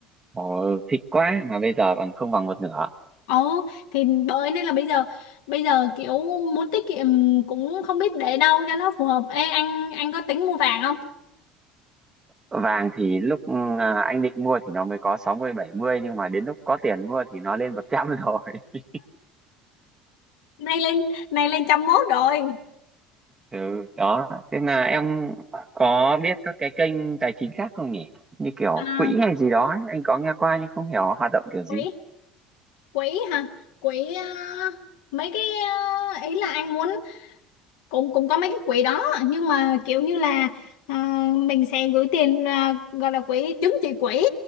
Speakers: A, on the right; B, on the left.
A: Ồ, thích quá mà bây giờ còn không bằng một nửa.
B: Ồ, thì bởi nên là bây giờ bây giờ kiểu muốn tiết kiệm cũng không biết để đâu cho nó phù hợp. Ê anh anh có tính mua vàng không?
A: Vàng thì lúc ừ, à, anh định mua thì nó mới có sáu mươi bảy mươi nhưng mà đến lúc có tiền mua thì nó lên 100 rồi. <laughs>
B: nay lên nay lên trăm mốt rồi
A: Ừ, đó. Thế là em có biết các cái kênh tài chính khác không nhỉ? Như kiểu
B: À,
A: quỹ hay gì đó ấy. Anh có nghe qua nhưng không hiểu hoạt động kiểu gì.
B: quỹ quỹ hả? Quỹ à, mấy cái à, ý là anh muốn cũng cũng có mấy cái quỹ đó nhưng mà kiểu như là à, mình sẽ gửi tiền à, gọi là quỹ chứng chỉ quỹ